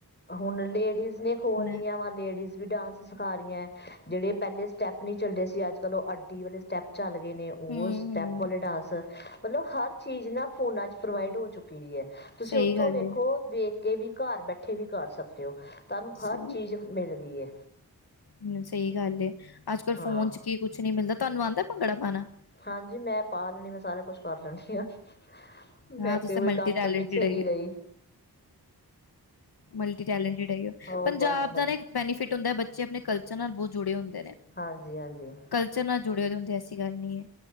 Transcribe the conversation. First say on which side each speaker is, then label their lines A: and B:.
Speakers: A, on the left; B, on the left.
A: ਹੁਨ ਲੇਡੀਜ਼ ਨੇ ਖੋਲ ਲਿਆਂ
B: ਐ।
A: ਵਾ, ਲੇਡੀਜ਼ ਵੀ ਡਾਂਸ ਸਿਖਾ ਰਿਏ। ਜਿੜੇ ਪੈਲੇ ਸਟੈਪ ਨੀ ਚੱਲਦੇ ਸੀ, ਅੱਜ-ਕੱਲ ਓ ਅੱਡੀ ਵਾਲੇ ਸਟੈਪ ਚੱਲ ਗਏ ਨੇ, ਉ
B: ਹੂੰ-ਹੂੰ।
A: ਸਟੈਪ ਵਾਲੇ ਡਾਂਸ ਮਤਲਬ ਹਰ ਚੀਜ਼ ਨਾ ਫੋਨਾਂ 'ਚ ਪ੍ਰੋਵਾਈਡ ਹੋ ਚੁੱਕੀ ਦੀ ਏ। ਤੁਸੀ
B: ਸਹੀ
A: ਉੱਥੋ
B: ਗੱਲ
A: ਵੇਖੋ,
B: ਏ,
A: ਵੇ ਕੇ ਵੀ ਘਰ ਬੈਠ ਬੈਠੇ ਵੀ ਕਰ ਸਕਦੇ ਹੋ। ਤਾਨੂੰ
B: ਸਹੀ
A: ਹਰ ਚੀਜ਼ ਮਿਲ ਰੀਏ।
B: ਹੂੰ, ਸਈ ਗੱਲ ਏ। ਅੱਜ ਕਲ
A: ਹਾਂ
B: ਫੋਨ ਚ ਕੀ ਕੁਛ ਨੀ ਮਿਲਦਾ। ਤਾਨੂੰ ਆਂਦੈ ਭੰਗੜਾ ਪਾਨਾ?
A: ਹਾਂਜੀ, ਮੈਂ ਪਾ ਲੈਨੀ ਆ, ਮੈਂ ਸਾਰਾ ਕੁਛ ਕਰ ਲੈਨੀ ਆ। ਮੈ
B: ਹਾਂ, ਤੁਸੀਂ
A: ਤੇ ਕੋਈ
B: ਮਲਟੀ
A: ਕੰਮ
B: ਟੈਲੈਂਟਡ
A: ਤੋਂ ਪਿੱਛੇ ਨੀ ਰਈ।
B: ਮਲਟੀ-ਟੈਲੇਂਟਿਡ ਹੈਗੇ ਓ।
A: ਹੋ
B: ਪੰਜਾਬ
A: ਬਸ ਬਸ
B: ਦਾ ਨਾ ਇੱਕ ਬੈਨੀਫਿਟ ਹੁੰਦੈ ਬਚ ਬੱਚੇ ਆਪਨੇ ਕਲਚਰ ਬਹੁਤ ਜੁੜੇ ਹੁਨ। <unintelligible>
A: ਹਾਂਜੀ ਹਾਂਜੀ
B: ਕਲਚਰ ਨਾਲ। <unintelligible> ਐਸੀ ਗੱਲ ਨੀ ਏ।